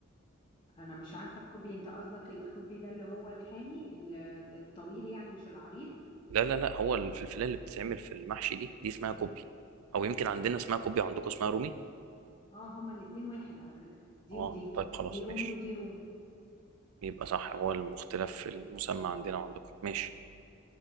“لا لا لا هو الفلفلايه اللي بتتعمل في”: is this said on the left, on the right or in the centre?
Right